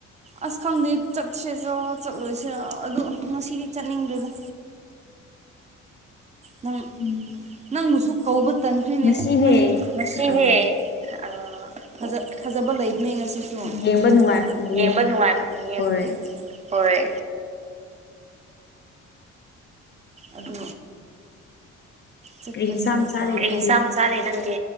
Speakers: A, on the right (about 25°); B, on the left (about 35°).
A: ꯑꯁ ꯈꯪꯗꯦ ꯆꯠꯁꯦꯂ ꯆꯠꯂꯣꯏꯁꯦꯔ ꯑꯗꯣ ꯉꯁꯤꯗꯤ ꯆꯠꯅꯤꯡꯗ꯭ꯔꯦꯗ ꯅꯪ
B: ꯎꯝ
A: ꯅꯪꯕꯨꯁꯨ ꯀꯧꯕ ꯇꯟꯈ꯭ꯔꯤꯅꯦ
B: ꯉꯁꯤꯅꯦ
A: ꯅꯪ ꯉꯁꯤꯒꯤ
B: ꯑ
A: ꯑ <unintelligible> ꯐꯖꯕ ꯂꯩꯕꯅꯦ ꯉꯁꯤ ꯎꯝ
B: ꯌꯦꯡꯕ ꯅꯨꯡꯉꯥꯏꯕ ꯌꯦꯡ
A: ꯌꯦꯡꯕ ꯅꯨꯡꯉꯥꯏꯕꯅꯦ ꯌꯦꯡꯉꯣ
B: ꯍꯣꯏ
A: ꯍꯣꯏ ꯑꯗꯨ ꯆꯠꯄꯗꯤ
B: ꯀꯔꯤ ꯌꯦꯟꯁꯥꯡ
A: ꯐꯔꯛ
B: ꯆꯥꯔꯦ
A: ꯇꯥꯏ
B: ꯅꯪꯗꯤ
A: ꯀꯩ ꯏꯟꯁꯥꯡ ꯆꯥꯔꯦ ꯅꯪꯗꯤ